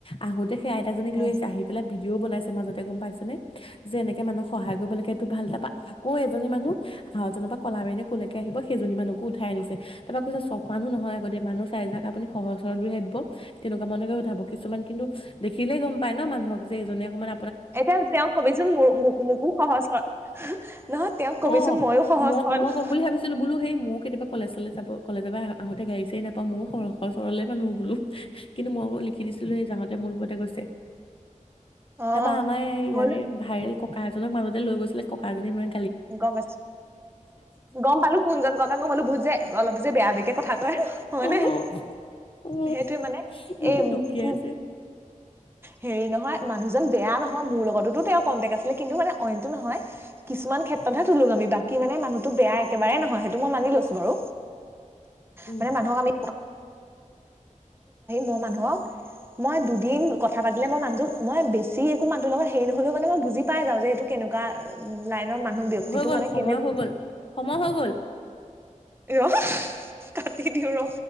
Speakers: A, on the left; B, on the right.
A: আহোতে সেই আইতাজীক
B: উম
A: আহিছে আহি পেলাই যিও বনাইছে মাজতে গম পাইছে নে যে এনেকে মানুহ সহায় কৰিব লাগে এইটো ভাল তা পা ক এজনী মানুহ সাহজনৰ পা কলা বেনে কৌলেকে আহিব সেইজনী মানুহকো উঠাই আনিছে তা পা কৈছে চব মানুহ নহয় আগতে মানুহ চাই যাক আপুনি সহজ সৰল বুলি ভাবিব তেনেকুৱা মানুহকে উঠাব কিছুমান কিন্তু দেখিলেই গম পায় ন মানুহক যে এইজনে অকণমান
B: এতিয়া তেওঁক কবিচোন মোৰ মোকো সহজ হ নহয় তেওঁক
A: অ',
B: কবিচোন ময়ো সহজ
A: মই
B: সৰল
A: মই ক'ম বুলি ভাবিছিলো বোলো সেই ময়ো কেতিয়াবা কলেজলৈ যাব কলেজৰ পৰা আহোতে গাড়ী চাৰি নাপাই ময় সৰ সৰলে মানুহ বোলো কিন্তু মই লিখি দিছিলো সেই যাওঁতে মোৰ লগতে গৈছে
B: অ
A: তাৰপা আমাৰ ইয়াৰে
B: হ'ল
A: ভাইৰেল ককা এজনক মাজতে লৈ গৈছিলে ককা জনে মানে
B: গম পাইছো গম পালো কোনজন ককা গম বোলো বহুত যে অলপ যে বেয়া বেয়া কথা কয় হয়
A: অ',
B: নহয়
A: অ',
B: সেইটোৱে মানে
A: এনেকুৱা
B: এই
A: ঢুকীয়াইছে
B: কি হেৰি নহয় মানুহজন বেয়া নহয় মোৰ লগততো তেওঁৰ কন্টেক্ট আছিলে কিন্তু মানে অইনটো নহয় কিছুমান ক্ষেত্ৰতহে
A: উম,
B: তোলুঙা আমি কি মানে মানুহটো বেয়া একেবাৰে নহয় সেইটো মই মানি লৈছো বাৰু
A: উম,
B: মানে মানুহক আমি মই মানুহক মই দিন কথা পাতিলে মই মানুহক মই বেছি একো মানুহৰ লগত হেৰি নহ'লেও মানে মই বুজি পাই যাওঁ এইটো কেনেকুৱা লাইনৰ মানুহ ব্যক্তিটো
A: হৈ গ'ল
B: মানে
A: সময়
B: কেনেকুৱা
A: হৈ গ'ল সময় হৈ গ'ল
B: এ ৰ কাটি দিও ৰ